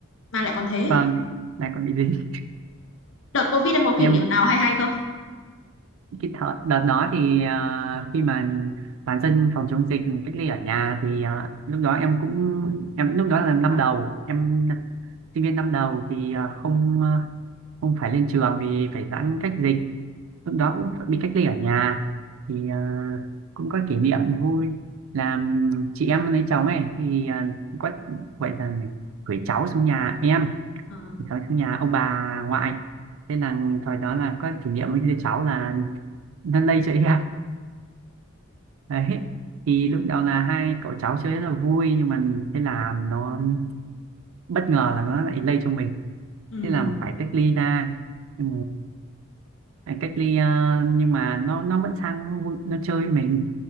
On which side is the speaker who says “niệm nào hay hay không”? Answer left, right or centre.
Left